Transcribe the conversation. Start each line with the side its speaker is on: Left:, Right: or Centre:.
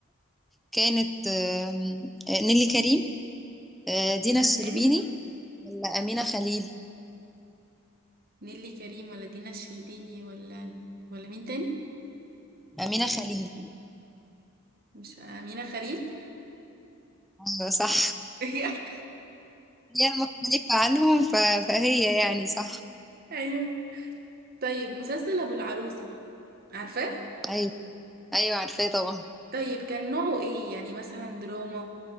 Centre: كانت آم، آه، نيلي كريم آه، دينا
Right: تمام
Centre: الشربيني ولا أمينة خليل
Right: نيلي كريم ولا دينا الشربيني ولا ولا مين تاني
Centre: أمينة خليل
Right: مش امينه خليل
Centre: أيوة صح
Right: <laughs>
Centre: هي مختلفة عنهم ف... فهي يعني صح
Right: ايوه طيب مسلسل ابو العروسه عارفاه
Centre: أيوة أيوة عارفاه طبعا
Right: طيب كان نوعه ايه يعني مثلا دراما